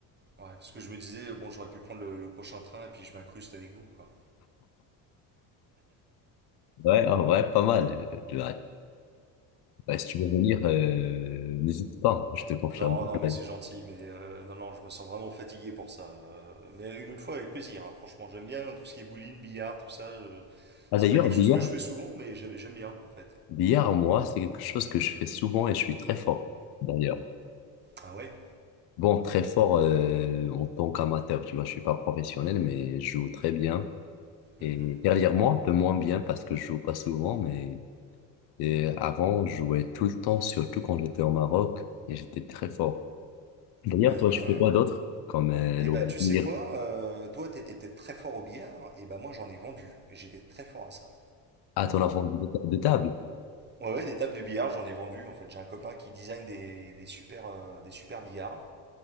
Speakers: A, on the right; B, on the left.
A: parce que je me disais, bon, j'aurais pu prendre le, le prochain train et puis je m'incruste avec vous, quoi.
B: Ouais, en vrai, pas mal. Euh, ouais. Bah, si tu veux venir, euh, n'hésite pas, je te confirme.
A: Non, non, mais
B: Ouais.
A: c'est gentil, mais euh, non, non, je me sens vraiment fatigué pour ça. euh, mais une autre fois, avec plaisir, hein, franchement, j'aime bien tout ce qui est bowling, billard, tout ça. je-
B: Ah
A: C'est
B: d'ailleurs,
A: pas quelque
B: billard,
A: chose que je fais souvent, mais j'ai- j'aime bien, en fait.
B: billard, moi, c'est quelque chose que je fais souvent et je suis très fort, d'ailleurs.
A: Ah ouais
B: Bon, très fort euh, en tant qu'amateur, tu vois, je suis pas professionnel, mais je joue très bien.
A: Mhm.
B: Et dernièrement, un peu moins bien parce que je joue pas souvent, mais et avant, je jouais tout le temps, surtout quand j'étais au Maroc, et j'étais très fort. D'ailleurs,
A: Ah
B: toi,
A: ah.
B: tu fais quoi d'autre? Comme euh,
A: Eh
B: loisir
A: ben, tu sais quoi, euh, toi, t'étais peut-être très fort au billard, et ben moi, j'en ai vendu. Et J'étais très fort à ça.
B: à ton avant de ta- de table.
A: Ouais, ouais, des tables de billard, j'en ai vendu. En fait, j'ai un copain qui design des, des super, euh, des super billards.